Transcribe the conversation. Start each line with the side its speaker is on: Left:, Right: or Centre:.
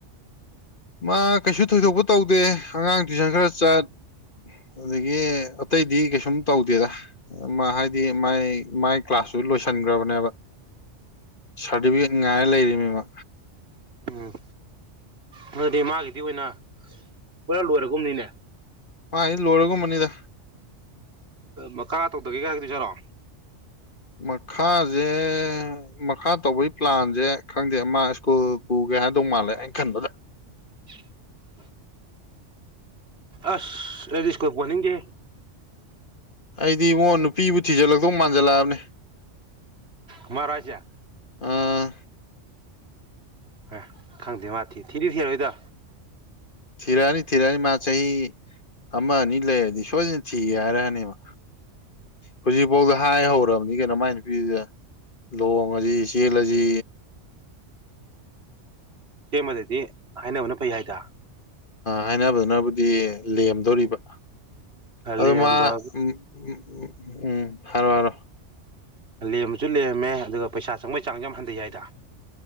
Left: ꯃꯥ ꯀꯩꯁꯨ ꯊꯣꯏꯗꯣꯛꯄ ꯇꯧꯗꯦ ꯑꯉꯥꯡ ꯇꯨꯏꯁꯟ ꯈꯔ ꯆꯠ ꯑꯗꯒꯤ ꯑꯇꯩꯗꯤ ꯀꯩꯁꯨꯝ ꯇꯧꯗꯦꯗ ꯃꯥ ꯍꯥꯏꯗꯤ ꯃꯥꯏ ꯃꯥꯏ ꯀ꯭ꯂꯥꯁꯁꯨ ꯂꯣꯏꯁꯟꯈ꯭ꯔꯕꯅꯦꯕ ꯁꯥꯔꯇꯤꯐꯤꯀꯦꯠ ꯉꯥꯏ ꯂꯩꯔꯤꯃꯤꯃ
Right: ꯎꯝ ꯑꯗꯨꯗꯤ ꯃꯥꯒꯤꯗꯤ ꯑꯣꯏꯅ ꯄꯨꯔ ꯂꯣꯏꯔꯒꯨꯝꯅꯤꯅꯦ
Left: ꯃꯥ ꯑꯩ ꯂꯣꯏꯔꯒꯨꯝꯕꯅꯤꯗ
Right: ꯃꯈꯥ ꯇꯧꯗꯒꯦ ꯀꯥꯏ ꯍꯥꯢꯔꯛꯗꯣꯏꯖꯥꯔꯣ
Left: ꯃꯈꯥꯥꯁꯦ ꯃꯈꯥ ꯇꯧꯕꯩ ꯄ꯭ꯂꯥꯟꯁꯦ ꯈꯪꯗꯦ ꯃꯥ ꯁ꯭ꯀꯨꯜ ꯄꯨꯒꯦ ꯍꯥꯏꯗꯧ ꯃꯥꯜꯂꯦ ꯑꯩꯅ ꯈꯟꯕꯗ
Right: <unintelligible> ꯑꯁ ꯔꯗꯤ ꯁꯀꯣꯏꯄꯅꯤꯡꯒꯦ
Left: ꯑꯩꯗꯤ ꯏꯕꯉꯣ ꯅꯨꯄꯤꯕꯨ ꯊꯤꯖꯤꯜꯂꯛꯇꯧ ꯃꯥꯟꯁꯤꯜꯂꯛꯑꯕꯅꯦ
Right: ꯃꯍꯥꯔꯥꯖꯥ
Left: ꯑꯥ
Right: ꯍꯣꯏ ꯈꯪꯗꯦ ꯃꯥ ꯊꯤ ꯊꯤꯗꯤ ꯊꯤꯔꯣꯏꯗꯣ
Left: ꯊꯤꯔꯅꯤ ꯊꯤꯔꯅꯤ ꯃꯥ ꯆꯍꯤ ꯑꯃ ꯑꯅꯤ ꯂꯩꯔꯗꯤ ꯁꯣꯏꯗꯅ ꯊꯤꯒꯦ ꯍꯥꯏꯔꯛꯅꯦꯕ ꯍꯧꯖꯤꯛꯐꯥꯎꯗ ꯍꯥꯏ ꯍꯧꯔꯕꯅꯤ ꯀꯩꯅꯣ ꯃꯥꯏ ꯅꯨꯄꯤꯤꯁꯤꯗ ꯂꯣꯡ ꯑꯁꯤ ꯏꯆꯦꯜ ꯑꯁꯤ
Right: ꯁꯦꯝꯃꯗꯗꯤ ꯍꯥꯏꯅꯕꯅ ꯐꯩ ꯍꯥꯏꯗ
Left: ꯍꯥꯏꯅꯕꯗꯨꯅꯕꯨꯗꯤ ꯂꯦꯝꯗꯣꯔꯤꯕ ꯑ
Right: ꯂꯦꯝꯕ
Left: ꯃꯥ ꯎ ꯎꯝ ꯎꯝ ꯍꯥꯏꯔꯛꯑꯣ ꯍꯥꯢꯔꯛꯑꯣ
Right: ꯂꯦꯝꯕꯁꯨ ꯂꯔꯝꯃꯦ ꯑꯗꯨꯒ ꯄꯩꯁꯥ ꯆꯪꯕꯩ ꯆꯥꯡꯁꯨ ꯌꯥꯝ ꯍꯟꯊꯩ ꯍꯥꯏꯏꯗ